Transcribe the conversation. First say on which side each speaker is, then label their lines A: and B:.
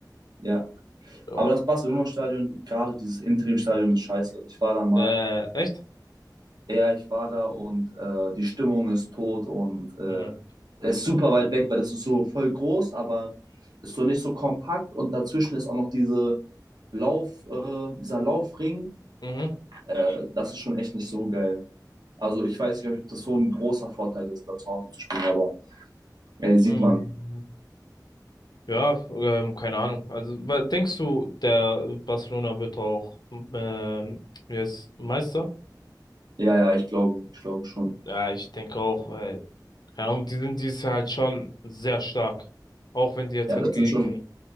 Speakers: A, on the right; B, on the left.
A: Ja.
B: Ja.
A: Aber das Barcelona-Stadion, gerade dieses Interim-Stadion ist scheiße. Ich war da mal.
B: Äh, echt?
A: Ja, ich war da und äh, die Stimmung ist tot und äh,
B: Mhm.
A: ist super weit weg, weil das ist so voll groß, aber ist so nicht so kompakt und dazwischen ist auch noch diese Lauf, äh, dieser Laufring.
B: Mhm.
A: Äh, das ist schon echt nicht so geil. Also ich weiß nicht, ob das so ein großer Vorteil ist, da zu Hause zu spielen, aber ey, sieht
B: Mhm.
A: man.
B: Ja, ähm, keine Ahnung. Also, wa- denkst du, der Barcelona wird auch ähm, wie heißt, Meister?
A: Ja, ja, ich glaube, ich glaube schon.
B: Ja, ich denke auch, weil, keine Ahnung, die sind dieses Jahr halt schon sehr stark. Auch wenn die jetzt
A: Ja,
B: halt
A: das
B: gegen
A: sind schon.